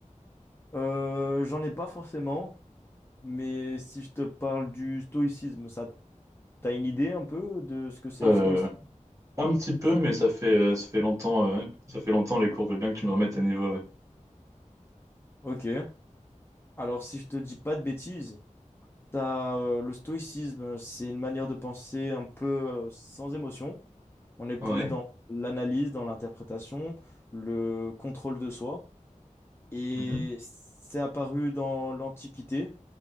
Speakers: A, on the left (about 20°); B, on the right (about 25°).
A: euh, j'en ai pas forcément. Mais si je te parle du stoïcisme, ça, t'as une idée un peu de ce que c'est
B: euh,
A: le stoïcisme?
B: Un petit peu, mais ça fait, euh, ça fait longtemps, euh, ça fait longtemps les cours. Je veux bien que tu me remettes à niveau. euh.
A: Ok. Alors si je te dis pas de bêtises, t'as euh, le stoïcisme, c'est une manière de penser un peu euh, sans émotion. On est plus
B: Ouais.
A: dans l'analyse, dans l'interprétation, le contrôle de soi. Et
B: mhm.
A: c'est apparu dans l'Antiquité.